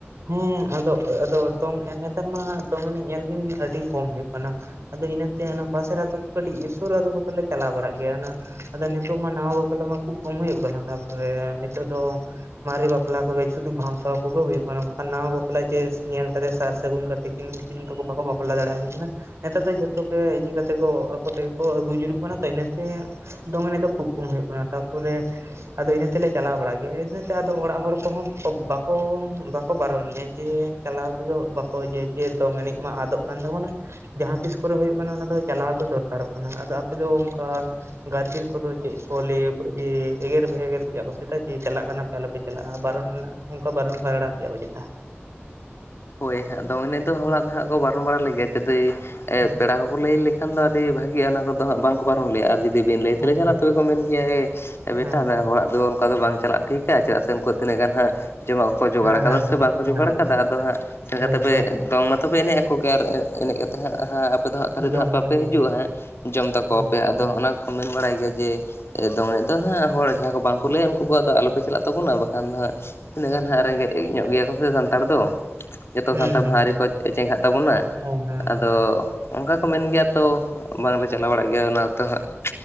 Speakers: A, on the right; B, on the left.
A: ᱦᱮᱸ, ᱟᱫᱚ ᱟᱫᱚ ᱫᱚᱝ ᱱᱮᱛᱟᱨ ᱢᱟ ᱫᱚᱝ ᱮᱱᱮᱡ ᱧᱮᱞ ᱵᱤᱱ ᱟᱹᱰᱤ ᱠᱚᱢ ᱦᱩᱭᱩᱜ ᱠᱟᱱᱟ ᱾ ᱟᱫᱚ ᱤᱱᱟᱹᱛᱮ ᱚᱱᱟ ᱯᱟᱥᱮᱨ ᱟᱹᱛᱩ ᱠᱚ ᱠᱟᱹᱴᱤᱡ ᱥᱩᱨ ᱟᱫᱚ ᱠᱚᱫᱚ ᱞᱮ ᱪᱟᱞᱟᱣ ᱵᱟᱲᱟᱜ ᱜᱮᱭᱟ, ᱚᱱᱟ ᱟᱫᱚ ᱱᱤᱛᱚᱜ ᱢᱟ ᱱᱟᱣᱟ ᱵᱟᱯᱞᱟ ᱢᱟ ᱠᱷᱩᱵ ᱠᱚᱢ ᱦᱩᱭᱩᱜ ᱠᱟᱱᱟ ᱾ ᱛᱟᱨᱯᱚᱨᱮ ᱦᱤᱛᱚᱜ ᱫᱚ ᱢᱟᱨᱮ ᱵᱟᱯᱞᱟ ᱠᱚᱜᱮ ᱥᱩᱫᱩ ᱵᱷᱟᱣᱥᱟᱸᱶᱟ ᱠᱚᱜᱮ ᱦᱳᱭᱳᱜ ᱠᱟᱱᱟ ᱾ ᱠᱷᱟᱱ ᱱᱟᱣᱟ ᱵᱟᱯᱞᱟ ᱡᱮ ᱧᱮᱞ ᱠᱟᱫᱮᱭᱟ ᱥᱟᱨ ᱥᱟᱹᱜᱩᱱ ᱠᱟᱛᱮ ᱠᱤᱱ ᱩᱱ ᱠᱤᱱ ᱫᱚ ᱵᱟᱠᱚ ᱵᱟᱯᱞᱟ ᱫᱟᱲᱮᱭᱟᱠᱤᱱ ᱠᱟᱱᱟ ᱾ ᱱᱮᱛᱟᱨ ᱫᱚ ᱡᱷᱚᱛᱚ ᱜᱮ ᱤᱭᱟᱹ ᱠᱟᱛᱮ ᱠᱚ ᱟᱠᱚ ᱛᱮᱜᱮ ᱠᱚ ᱟᱹᱜᱩ ᱡᱚᱝᱚᱜ ᱠᱟᱱᱟ ᱛᱚ, ᱤᱱᱟᱹᱛᱮ ᱫᱚᱝ ᱮᱱᱮᱡ ᱫᱚ ᱠᱷᱩᱵ ᱠᱚᱢ ᱦᱩᱭᱩᱜ ᱠᱟᱱᱟ, ᱛᱟᱨᱯᱚᱨᱮ ᱟᱫᱚ ᱤᱱᱟᱹ ᱛᱮᱞᱮ ᱪᱟᱞᱟᱣ ᱵᱟᱲᱟᱜ ᱜᱮᱭᱟ ᱤᱱᱟᱹᱛᱮ ᱟᱫᱚ ᱚᱲᱟᱜ ᱦᱚᱲ ᱠᱚᱦᱚᱸ ᱵᱟᱠᱚ <unintelligible> ᱠᱚ ᱵᱟᱨᱚᱱᱮᱜᱼᱟ ᱡᱮ ᱪᱟᱞᱟᱣ ᱛᱮᱫᱚ ᱵᱟᱠᱚ ᱡᱮ ᱫᱚᱝ ᱮᱱᱮᱡ ᱢᱟ ᱟᱫᱚᱜ ᱠᱟᱱ ᱛᱟᱵᱚᱱᱟ ᱾ ᱡᱟᱦᱟᱸ ᱛᱤᱥ ᱠᱚᱨᱮ ᱦᱩᱭᱩᱜ ᱠᱟᱱᱟ, ᱚᱱᱟ ᱫᱚ ᱪᱟᱞᱟᱣ ᱫᱚ ᱫᱚᱨᱠᱟᱨᱚᱜ ᱠᱟᱱᱟ ᱾ ᱟᱫᱚ ᱟᱯᱮ ᱫᱚ ᱚᱱᱠᱟᱼᱼ ᱜᱟᱨᱡᱮᱱ ᱠᱚᱫᱚ ᱪᱮᱫ ᱠᱚ ᱞᱟᱹᱭᱟ ᱡᱮ ᱮᱜᱮᱨ ᱵᱮᱜᱮᱨ ᱯᱮᱭᱟ ᱠᱚ, ᱪᱮᱫᱟ ᱡᱮ ᱪᱟᱞᱟᱜ ᱠᱟᱱᱟ ᱯᱮ ᱟᱞᱚ ᱯᱮᱼᱼ ᱪᱟᱞᱟᱜᱼᱟ ᱵᱟᱨᱚᱱ ᱢᱮᱱᱟᱜ ᱚᱱᱠᱟ ᱵᱟᱨᱚᱱ ᱯᱟᱭᱲᱟ ᱯᱮᱭᱟ ᱠᱚ ᱪᱮᱫᱟ?
B: ᱦᱳᱭ ᱦᱟᱜ ᱫᱚᱝ ᱮᱱᱮᱡ ᱫᱚ ᱦᱚᱲᱟᱜ ᱫᱚ ᱦᱟᱜ ᱠᱚ ᱵᱟᱨᱚᱱ ᱵᱟᱲᱟ ᱞᱮᱜᱮᱭᱟ ᱡᱩᱫᱤ
A: ᱟᱪᱪᱷᱟ
B: ᱯᱮᱲᱟ ᱠᱚᱼᱼ ᱞᱟᱹᱭ ᱞᱮᱠᱷᱟᱱ ᱫᱚ ᱟᱹᱰᱤ ᱵᱷᱟᱹᱜᱤᱜᱼᱟ ᱚᱱᱟ ᱠᱚᱫᱚ ᱦᱟᱸᱜ ᱵᱟᱝ ᱠᱚ ᱵᱟᱨᱚᱱ ᱞᱮᱭᱟ ᱟᱨ ᱡᱩᱫᱤᱼᱼ ᱵᱤᱱ ᱞᱟᱹᱭ ᱛᱮᱞᱮ
A: ᱟᱪᱪᱷᱟ
B: ᱪᱟᱞᱟᱜᱼᱟ, ᱛᱚᱵᱮ ᱠᱚ ᱢᱮᱱ ᱜᱮᱭᱟ ᱮ ᱵᱮᱴᱟ
A: ᱦᱮᱸ
B: ᱦᱚᱲᱟᱜ ᱫᱚ ᱚᱱᱠᱟ ᱫᱚ ᱵᱟᱝ ᱪᱟᱞᱟᱜ ᱠᱟᱱᱟ ᱾ ᱴᱷᱤᱠᱟ ᱪᱮᱫᱟᱜ ᱥᱮ ᱩᱱᱠᱩᱣᱟᱜ ᱛᱤᱱᱟᱹᱜ ᱜᱟᱱ ᱦᱟᱸᱜ ᱡᱚᱢᱟᱜ ᱠᱚᱠᱚ ᱡᱚᱜᱟᱲ
A: ᱦᱮᱸ
B: ᱠᱟᱫᱟ
A: ᱦᱮᱸ
B: ᱥᱮ
A: ᱦᱮᱸ
B: ᱵᱟᱝᱠᱚ ᱡᱚᱜᱟᱲ
A: ᱦᱮᱸ
B: ᱠᱟᱫᱟ
A: ᱦᱮᱸ
B: ᱟᱫᱚ ᱦᱟᱸᱜ, <unintelligible>
A: ᱦᱳᱭ
B: ᱠᱟᱛᱮ ᱯᱮ
A: ᱦᱳᱭ ᱛᱚ
B: ᱫᱚᱝ ᱢᱟᱛᱚ ᱯᱮ ᱮᱱᱮᱡ ᱟᱠᱚ ᱜᱮᱭᱟ ᱟᱨ ᱮᱱᱮᱡ ᱠᱟᱛᱮ ᱦᱟᱸᱜ <unintelligible> ᱟᱯᱮ ᱫᱚ ᱦᱟᱸᱜ ᱠᱷᱟᱹᱞᱤ
A: ᱡᱚᱢ
B: ᱫᱚ ᱦᱟᱸᱜ
A: ᱦᱚᱸᱯᱮ
B: ᱵᱟᱯᱮ
A: ᱡᱚᱢ
B: ᱦᱤᱡᱩᱜᱼᱟ
A: ᱜᱮᱭᱟ
B: ᱦᱟᱸᱜ ᱡᱚᱢ ᱛᱟᱠᱚᱣᱟ
A: ᱦᱮᱸ
B: ᱯᱮ ᱟᱫᱚ
A: ᱦᱮᱸ ᱦᱮᱸ
B: ᱚᱱᱟ ᱠᱚ ᱢᱮᱱ ᱵᱟᱲᱟᱭ ᱜᱮᱭᱟ, ᱡᱮ ᱮ ᱫᱚᱝ ᱮᱱᱮᱡ ᱫᱚ ᱦᱟᱸᱜ ᱦᱚᱲ ᱡᱟᱦᱟᱸ ᱠᱚ ᱵᱟᱝᱠᱚ ᱞᱟᱹᱭᱟ ᱩᱱᱠᱩ ᱠᱚᱣᱟᱜ ᱫᱚ ᱟᱞᱚ ᱯᱮ ᱪᱟᱞᱟᱜ ᱛᱟᱵᱚᱱᱟ ᱵᱟᱠᱷᱟᱱ ᱫᱚ ᱦᱟᱸᱜ ᱛᱤᱱᱟᱹᱜ ᱜᱟᱱ ᱦᱟᱸᱜ ᱨᱮᱸᱜᱮᱡ ᱧᱚᱜ ᱜᱮᱭᱟ ᱠᱚ ᱥᱮ ᱥᱟᱱᱛᱟᱲ ᱫᱚ ᱾ ᱡᱚᱛᱚ
A: ᱦᱮᱸ
B: ᱥᱟᱱᱛᱟᱲ
A: ᱦᱮᱸ
B: ᱫᱚ ᱦᱟᱸᱜ ᱟᱹᱣᱨᱤ ᱠᱚ ᱪᱮᱸᱜᱷᱟᱜ ᱛᱟᱵᱚᱱᱟ,
A: ᱦᱮᱸ ᱦᱮᱸ
B: ᱟᱫᱚ
A: ᱦᱮᱸ
B: ᱚᱱᱠᱟ ᱠᱚ ᱢᱮᱱ ᱜᱮᱭᱟ ᱛᱚ ᱵᱟᱝᱞᱮ ᱪᱟᱞᱟᱣ ᱵᱟᱲᱟᱜ ᱜᱮᱭᱟ ᱚᱱᱟᱛᱮ ᱦᱟᱸᱜ ᱾